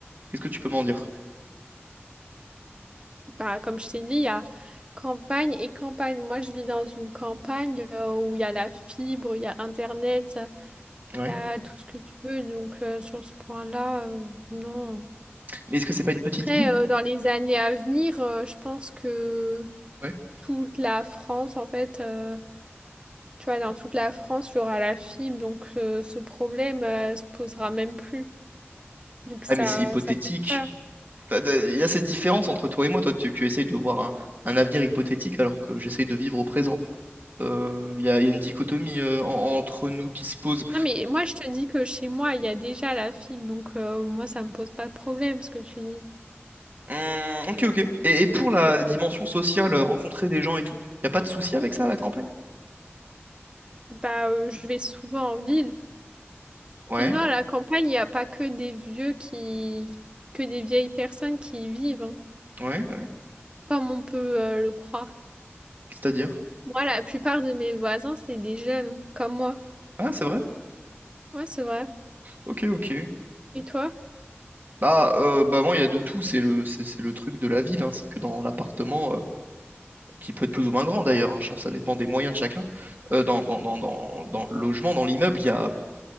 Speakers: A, on the right; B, on the right.
A: Qu'est-ce que tu peux m'en dire?
B: Bah, comme je t'ai dit, il y a campagne et campagne. Moi, je vis dans une campagne euh, où il y a la fibre, il y a Internet,
A: Ouais.
B: il y a tout ce que tu veux. Donc, euh, sur ce point-là, euh, non.
A: Mais est-ce que c'est pas une petite
B: Après,
A: ville?
B: euh, dans les années à venir, euh, je pense que
A: Ouais.
B: toute la France, en fait, euh, tu vois, dans toute la France, il y aura la fibre, donc euh, ce problème, euh, se posera même plus. Donc ça,
A: Ah, mais c'est hypothétique.
B: ça peut pas.
A: Enfin, de- Il y a cette différence entre toi et moi. Toi, tu, tu essayes de voir un, un avenir hypothétique alors que j'essaye de vivre au présent. Euh, Il y a, il y a une dichotomie euh, en- entre nous qui se pose.
B: Non mais moi je te dis que chez moi il y a déjà la fibre, donc euh, moi ça me pose pas de problème ce que tu dis.
A: Hum, ok, ok. Et, et pour la dimension sociale, euh, rencontrer des gens et tout, y a pas de souci avec ça à la campagne?
B: Bah euh, je vais souvent en ville.
A: Ouais,
B: Et non, à la campagne, il n'y a pas que des vieux qui... que des vieilles personnes qui y vivent, hein,
A: ouais, ouais.
B: comme on peut euh, le croire.
A: c'est-à-dire?
B: Moi, la plupart de mes voisins, c'est des jeunes, comme moi.
A: Ah, c'est vrai?
B: Ouais, c'est vrai.
A: Ok, ok.
B: Et toi?
A: Bah, euh, bah moi, il y a de tout, c'est le, c'est, c'est le truc de la ville, hein. C'est que dans l'appartement, euh, qui peut être plus ou moins grand d'ailleurs, hein, ça ça dépend des moyens de chacun, euh, dans, dans, dans, dans, dans le logement, dans l'immeuble, il y a,